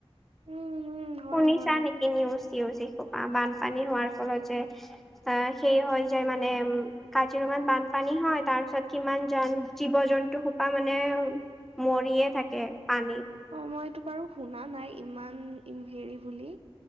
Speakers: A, on the right (about 70°); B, in the centre.
A: উম, উম। হয়,
B: শুনিছা
A: হয়।
B: নেকি নিউজ চিউজ যিসোপা, বানপানী হোৱাৰ ফলত যে বা সেই হৈ যায় মানে কাজিৰঙাত বানপানী হয়, তাৰ পিছত কিমান জান জীৱ- জন্তু সোপা মানে মৰিয়ে থাকে পানীত।
A: অ', মইটো বাৰু শুনা নাই ইমান ই হেৰি বুলি।